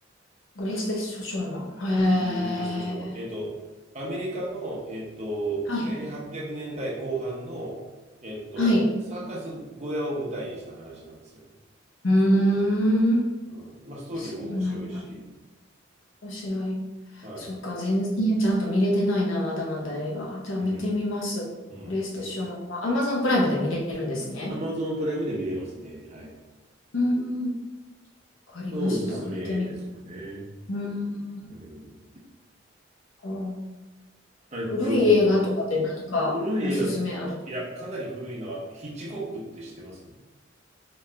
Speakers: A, on the left (about 90°); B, on the right (about 35°).
A: グレイテストショーマン。へえ。
B: グ、グレイテストショーマン。えっと、アメリカの、えっと、
A: はい。
B: 1800年代後半の、えっと、
A: はい。
B: サーカス小屋を舞台にした話なんですよね。
A: うーん。
B: うん。まあ、ストーリーも面白いし、
A: そうなんだ。面白い。
B: はい。
A: そっか、全然ちゃんと見れてないな、まだまだ映画。じゃあ見てみます。
B: うん。うん。
A: グレイテストショーマンは Amazon プライムで見れるんですね。
B: アマゾンプライムで見れますね。はい。
A: うん。わかりました。
B: おすすめですかね。
A: 見てみ、うーん。
B: うん。
A: あ
B: えっと、
A: 古い映画とかで何かおすすめある
B: 古い映画、いや、かなり古いのは、ヒッチコックって知ってます